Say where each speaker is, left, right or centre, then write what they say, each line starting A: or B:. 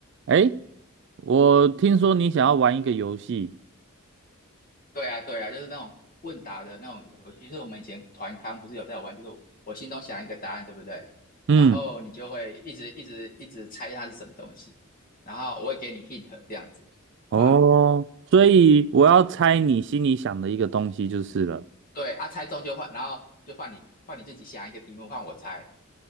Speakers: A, on the right; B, on the left.
A: 哎，我听说你想要玩一个游戏，
B: 对啊，对啊，就是那种问答的那种游戏，就是我们以前团康不是有在玩，就是我我心中想一个答案，对不对？
A: 嗯，
B: 然后你就会一直一直一直猜它是什么东西，然后我会给你 hint 这样子，好不好？
A: 哦，所以我要猜你心里想的一个东西就是了。
B: 对啊，猜中就换，然后就换你换你自己想一个题目，换我猜。